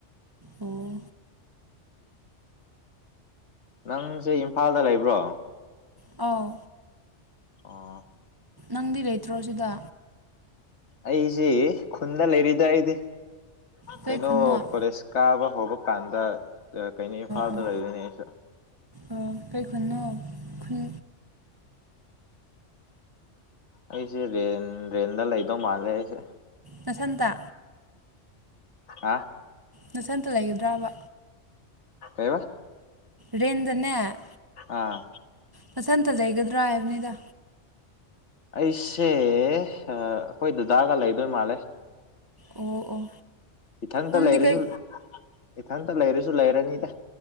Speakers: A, on the right (about 25°); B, on the left (about 70°).
A: ꯑꯣ
B: ꯅꯪꯁꯦ ꯏꯝꯐꯥꯜꯗ ꯂꯩꯕ꯭ꯔꯣ꯫
A: ꯑꯥꯎ
B: ꯑꯣ
A: ꯅꯪꯗꯤ ꯂꯩꯇ꯭ꯔꯣ ꯁꯤꯗ꯫
B: ꯑꯩꯁꯤ ꯈꯨꯟꯗ ꯂꯩꯔꯤꯗ ꯑꯩꯗꯤ꯫ ꯀꯩꯅꯣ
A: ꯀꯩ ꯈꯨꯟꯅꯣ ꯑꯣ
B: ꯀꯣꯂꯦꯖ ꯀꯥꯕ ꯍꯧꯕ ꯀꯥꯟꯗ ꯀꯩꯅꯣ ꯏꯝꯐꯥꯜꯗ
A: ꯑꯣ
B: ꯂꯩꯗꯣꯏꯅꯦ ꯑꯩꯁꯨ꯫
A: ꯑꯣ ꯀꯩ ꯈꯨꯟꯅꯣ ꯈꯨꯟ
B: ꯑꯩꯁꯦ ꯔꯦꯟ ꯔꯦꯟꯗ ꯂꯩꯗꯧ ꯃꯥꯜꯂꯦ ꯑꯩꯁꯦ꯫
A: ꯅꯊꯟꯇ
B: ꯍꯥ
A: ꯅꯊꯟꯇ ꯂꯩꯒꯗ꯭ꯔꯕ
B: ꯀꯩꯕ
A: ꯔꯦꯟꯗꯅꯦ
B: ꯑꯥ
A: ꯅꯊꯟꯇ ꯂꯩꯒꯗ꯭ꯔꯥ ꯍꯥꯏꯕꯅꯤꯗ꯫
B: ꯑꯩꯁꯦ ꯑ ꯑꯩꯈꯣꯏ ꯗꯗꯥꯒ ꯂꯩꯗꯣꯏ ꯃꯥꯜꯂꯦ꯫
A: ꯑꯣ ꯑꯣ
B: ꯏꯊꯟꯇ
A: ꯅꯪꯗꯤ
B: ꯂꯩꯔꯁꯨ
A: ꯀꯩ
B: ꯏꯊꯟꯇ ꯂꯩꯔꯁꯨ ꯂꯩꯔꯅꯤꯗ